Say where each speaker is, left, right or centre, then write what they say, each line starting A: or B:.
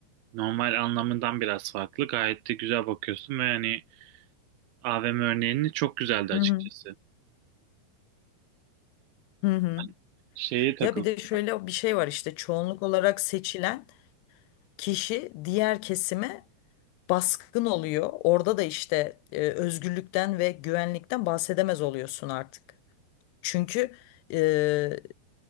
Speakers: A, on the right; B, on the left.
A: normal anlamından biraz farklı. Gayet de güzel bakıyorsun ve hani AVM örneğini çok güzeldi açıkçası.
B: hı hı, hı hı.
A: Hani şeye takıldım.
B: Ya bir de şöyle bir şey var işte çoğunluk olarak seçilen kişi diğer kesime baskın oluyor. Orada da işte e, özgürlükten ve güvenlikten bahsedemez oluyorsun artık. Çünkü e,